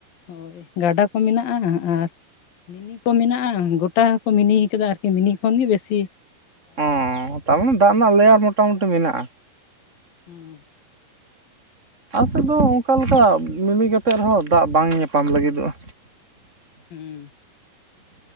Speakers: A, on the left (about 60°); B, on the right (about 15°).
A: ᱦᱳᱭ ᱜᱟᱰᱟ ᱠᱚ ᱢᱮᱱᱟᱜᱼᱟ ᱟᱨ ᱢᱤᱱᱤ ᱠᱚ ᱢᱮᱱᱟᱜᱼᱟ <unintelligible> ᱜᱚᱴᱴᱟ ᱠᱚ ᱢᱤᱱᱤ ᱟᱠᱟᱫᱟ ᱟᱨᱠᱤ ᱢᱤᱱᱤ ᱠᱷᱚᱱ ᱜᱮ ᱵᱮᱥᱤᱼᱼ
B: ᱚᱻ ᱛᱟᱨᱢᱟᱱᱮ ᱫᱟᱜ ᱨᱮᱱᱟᱜ ᱞᱮᱭᱟᱨ ᱢᱚᱴᱟ ᱢᱩᱴᱤ ᱢᱮᱱᱟᱜᱼᱟ᱾
A: ᱦᱩᱸ
B: ᱟᱞᱮ ᱥᱮᱫ ᱫᱚ ᱚᱱᱠᱟ ᱞᱮᱠᱟ ᱢᱤᱱᱤ ᱠᱟᱛᱮᱫ ᱨᱮ-ᱦᱚᱸ ᱫᱟᱜ ᱵᱟᱝ ᱧᱟᱯᱟᱢ ᱞᱟᱹᱜᱤᱫᱚᱜᱼᱟ᱾
A: ᱦᱩᱸ